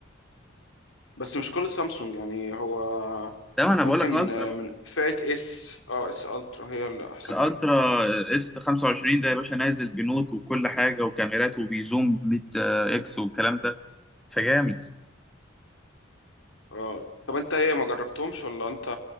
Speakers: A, on the left (about 80°); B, in the centre.
A: بس مش كل سامسونج يعني هو
B: ده ما انا
A: ممكن
B: بقول لك الترا
A: آه،
B: بقى
A: من فئة اس اه اس الترا هي اللي أحسن
B: الالترا
A: حاجة
B: اس 25 ده يا باشا نازل بنوت وكل حاجه وكاميرات وبيزوم 100 اكس والكلام ده فجامد
A: اه طب أنت إيه ما جربتهمش ولا أنت